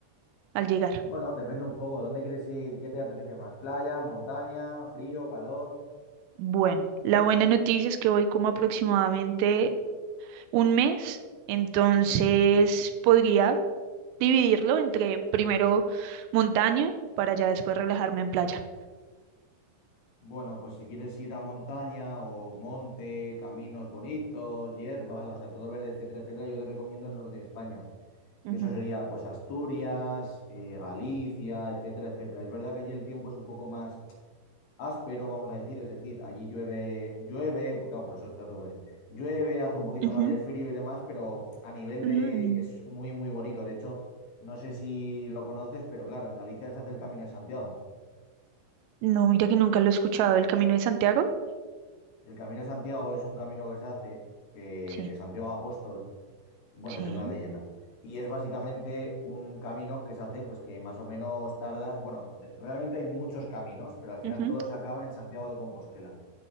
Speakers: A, on the right; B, on the left.
A: al llegar.
B: Bueno, depende un poco. ¿Dónde quieres ir? ¿Qué te apetece más? ¿Playa, montaña, frío, calor?
A: Bueno, la buena noticia es que voy como aproximadamente un mes, entonces
B: ¿Mm?
A: podría dividirlo entre primero montaña para ya después relajarme en playa.
B: Bueno, pues si quieres ir a montaña o monte, caminos bonitos, hierbas, o sea, todo verde, etcétera, etcétera, yo te recomiendo el norte de España,
A: Ujú,
B: que eso sería pues Asturias, eh, Galicia, etcétera, etcétera. Es verdad que allí el tiempo es un poco más áspero, vamos a decir, es decir, allí llueve, llueve, pues claro, por eso está todo verde. Llueve, hace un poquito
A: ujú.
B: más de frío y demás, pero a nivel
A: Mm,
B: de es muy, muy bonito. De hecho, no sé si lo conoces, pero claro, en Galicia se hace el Camino de Santiago.
A: No, mira que nunca lo he escuchado. ¿El Camino de Santiago?
B: El Camino de Santiago es un camino que se hace que
A: Sí,
B: de Santiago a Apóstol, bueno,
A: sí.
B: esa es la leyenda. Y es básicamente un camino que se hace, pues que más o menos tardas. Bueno, de- realmente hay muchos caminos, pero al final
A: Ujú.
B: todos acaban en Santiago de Compostela.